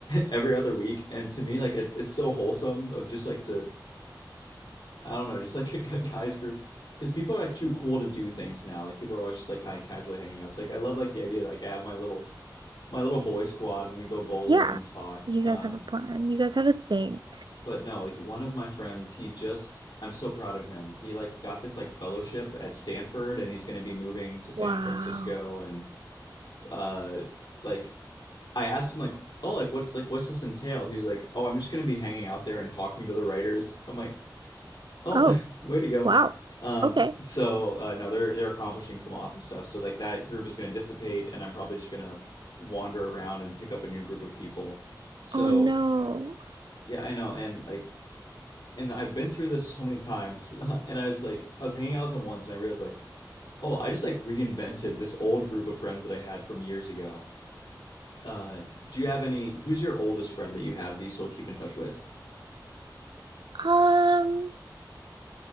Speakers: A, on the left (about 75°); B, on the right (about 80°).
A: every other week, and to me like it, it's so wholesome of just like to I don't know just like <laughs> a, a guys group because people are like too cool to do things now. Like people are always just like kind of casually hanging out. So like I love like the idea that like I have my little my little boy squad and we go bowling
B: Yeah,
A: and talk.
B: you
A: Um,
B: guys have a plan. You guys have a thing.
A: But no, like one of my friends, he just I'm so proud of him. He like got this like fellowship at Stanford and he's going to be moving to San
B: Wow.
A: Francisco and uh like I asked him like, "Oh, like what's like what's this entail?" He's like, "Oh, I'm just going to be hanging out there and talking to the writers." I'm like, "Oh,
B: Oh,
A: <laughs> way to go."
B: wow.
A: Um
B: Okay.
A: so uh no, they're they're accomplishing some awesome stuff. So like that group is going to dissipate and I'm probably just going to wander around and pick up a new group of people. So,
B: Oh no.
A: yeah, I know and like and I've been through this so many times. <laughs> And I was like, I was hanging out with them once, and I realized like, oh, I just like reinvented this old group of friends that I had from years ago. Uh, do you have any? Who's your oldest friend that you have that you still keep in touch with?
B: Um,